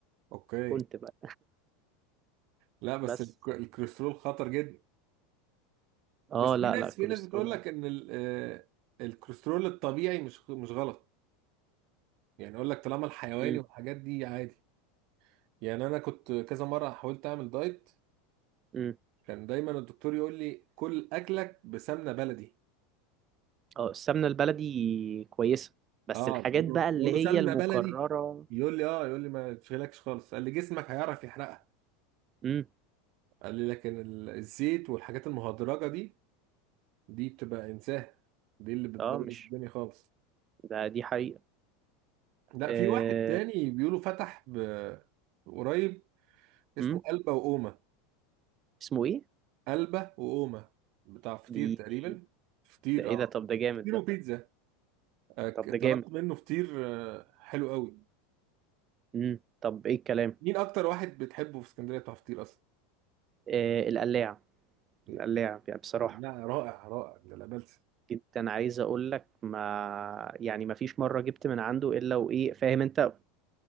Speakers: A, on the right; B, on the right.
A: اوكي
B: كنت بقى
A: لا بس
B: بس
A: الك- الكوليسترول خطر جدا
B: اه
A: بس
B: لا
A: في ناس
B: لا الكوليسترول
A: في ناس بتقول
B: ولا
A: لك ان ال- آه، الكوليسترول الطبيعي مش مش غلط يعني اقول لك طالما الحيواني
B: امم
A: والحاجات دي عادي يعني انا كنت كذا مرة حاولت اعمل دايت
B: امم
A: كان دايما الدكتور يقول لي كل اكلك بسمنة بلدي
B: اه السمنة البلدي كويسة بس
A: اه
B: الحاجات
A: بقول
B: بقى
A: له
B: اللي
A: بقول
B: هي
A: له سمنة
B: المكررة
A: بلدي يقول لي اه يقول لي ما تشغلكش خالص قال لي جسمك هيعرف يحرقها
B: امم
A: قال لي لكن ال- الزيت والحاجات المهدرجة دي دي بتبقى انساه دي اللي بتبوظ
B: اه مش
A: الدنيا خالص
B: ده دي حقيقة
A: لا
B: آه.
A: في واحد تاني بيقولوا فتح ب- قريب اسمه
B: امم
A: قلبة وقومة
B: اسمه ايه
A: قلبة وقومة بتاع فطير
B: دي
A: تقريبا
B: دي
A: فطير
B: ده ايه
A: اه
B: ده طب ده جامد
A: فطير
B: ده
A: وبيتزا آه، ك-
B: طب ده جامد
A: طلبت منه فطير آه، حلو قوي
B: مم. طب ايه الكلام
A: مين اكتر واحد بتحبه في اسكندريه بتاع فطير اصلا
B: آه القلاع
A: إيه،
B: القلاع يعني بصراحة
A: لا رائع رائع ده لا بلسه
B: جدا عايز اقول لك ما يعني ما فيش مرة جبت من عنده الا وايه فاهم انت